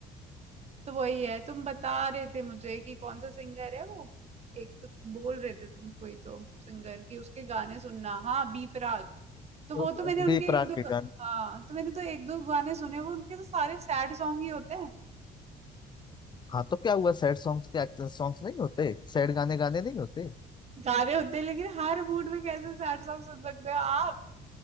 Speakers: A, on the right; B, on the left.
A: तो वही है तुम बता रहे थे मुझे कि कौन सा सिंगर है वो एक तो बोल रहे थे तुम कोई तो सिंगर कि उसके गाने सुनना हाँ बी प्राक तो
B: तो
A: वो तो मैंने उनके
B: बी प्राक
A: एक दो
B: के गाने
A: हाँ तो मैंने तो एक दो गाने सुने वो उनके तो सारे सैड सॉन्ग ही होते हैं
B: हाँ तो क्या हुआ सैड सॉन्ग्स क्या सॉन्ग्स नहीं होते सैड गाने गाने नहीं होते
A: गा रहे होते हैं लेकिन हर मूड में कैसे सैड सॉन्ग सुन सकते हो आप